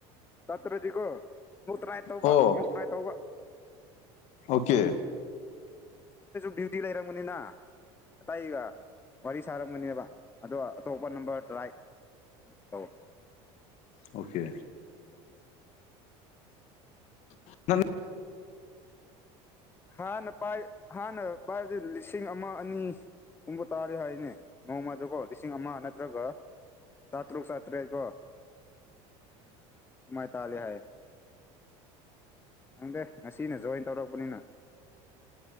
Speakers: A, on the left; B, on the left.
A: ꯆꯠꯇ꯭ꯔꯗꯤꯒꯣ ꯃꯨꯛ ꯇ꯭ꯔꯥꯏ ꯇꯧꯕ
B: ꯑꯣ
A: ꯃꯨꯛ ꯇ꯭ꯔꯥꯏ ꯇꯧꯕ
B: ꯑꯣꯀꯦ
A: ꯗꯤꯌꯨꯇꯤ ꯂꯩꯔꯝ ꯒꯅꯤꯅ ꯑꯇꯩꯒ ꯋꯥꯔꯤ ꯁꯥꯔꯝꯒꯅꯦꯕ ꯑꯗꯣ ꯑꯇꯣꯞꯄ ꯅꯝꯕꯔ ꯇ꯭ꯔꯥꯏ ꯑꯥꯎ
B: ꯑꯣꯀꯦ
A: <unintelligible>
B: <unintelligible>
A: ꯍꯥꯟꯅ ꯄꯥꯏ ꯍꯥꯟꯅ ꯄꯥꯏꯕꯗꯨ ꯂꯤꯁꯤꯡ ꯑꯃ ꯑꯅꯤ ꯒꯨꯝꯕ ꯇꯥꯔꯦ ꯍꯥꯏꯅꯦ ꯅꯣꯡꯃꯗꯀꯣ ꯂꯤꯁꯤꯡ ꯑꯃ ꯅꯠꯇ꯭ꯔꯒ ꯆꯥꯇꯔꯨꯛ ꯆꯥꯇꯔꯦꯠ ꯀꯣ ꯃꯥꯏ ꯇꯥꯜꯂꯦ ꯍꯥꯏ ꯈꯪꯗꯦ ꯉꯁꯤꯅ ꯖꯣꯏꯟ ꯇꯧꯔꯛꯄꯅꯤꯅ